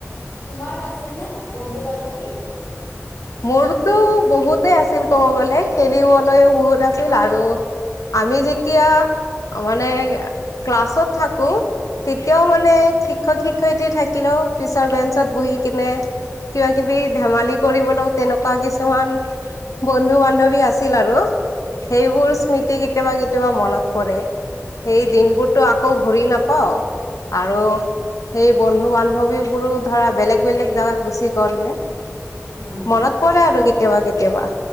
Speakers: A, on the left (about 65°); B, on the left (about 85°).
A: তোমাৰ আছিল ন বন্ধু বান্ধৱী
B: মোৰতো বহুতে আছিল ক'ব গলে খেলিবলৈও বহুত আছিল আৰু আমি যেতিয়া মানে ক্লাছত থাকো তেতিয়াও মানে শিক্ষক শিক্ষয়িত্ৰী থাকিলেও পিছৰ বেঞ্চত বহি কিনে কিবা কিবি ধেমালি কৰিবলৈ তেনেকুৱা কিছুমান বন্ধু বান্ধৱী আছিল আৰু সেইবোৰ স্মৃতি কেতিয়াবা কেতিয়াবা মনত পৰে সেই দিনবোৰতো আকৌ ঘূৰি নাপাও আৰু সেই বন্ধু বান্ধৱীবোৰো ধৰা বেলেগ বেলেগ জাগাত গুচি গ'লগে
A: উম
B: মনত পৰে আৰু কেয়া কেতিয়াবা কেতিয়াবা